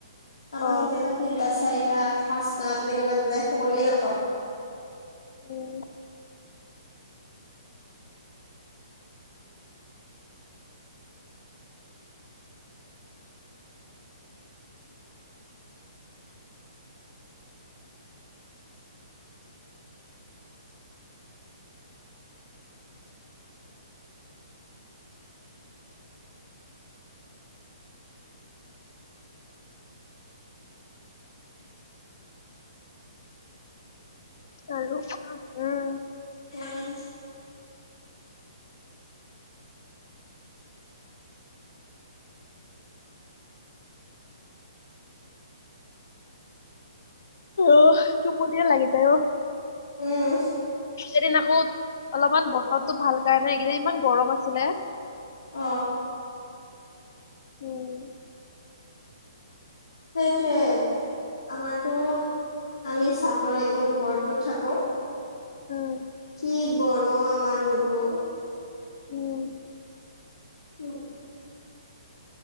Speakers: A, on the left (about 75°); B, on the left (about 40°).
A: আমাৰ
B: অ
A: কেতিয়াবা তিনিটা, চাৰিটা। পাঁচটা তেনেকে বাজি যায় শুবলৈ নাপাওঁ।
B: উম আৰু উম
A: সেয়াই।
B: অঁ', টোপনিয়ে লাগি যায় অঁ
A: উম,
B: এদিন আকৌ অলপমান বতৰটো ভাল কাৰণে এইকেই ইমান গৰম আছিলে।
A: অঁ, '।
B: উম।
A: সেইটোৱে, আমাৰতো আমি চাটৰ একে ওপৰতো থাকো।
B: উম
A: কি গৰম আমাৰ ৰুমটো।
B: উম।
A: উম।